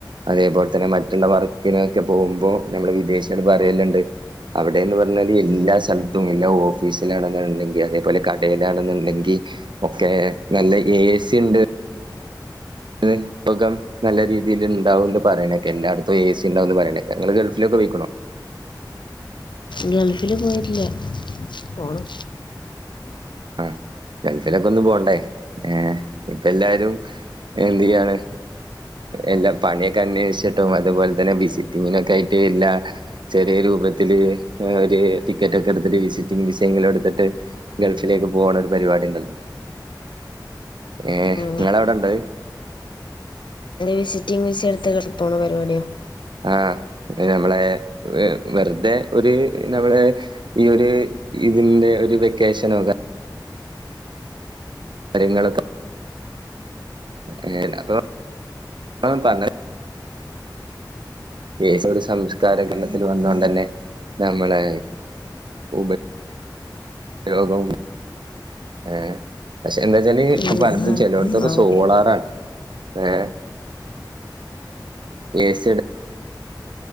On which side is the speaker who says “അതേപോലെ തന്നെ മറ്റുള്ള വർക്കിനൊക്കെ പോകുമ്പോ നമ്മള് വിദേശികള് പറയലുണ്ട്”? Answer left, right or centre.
Right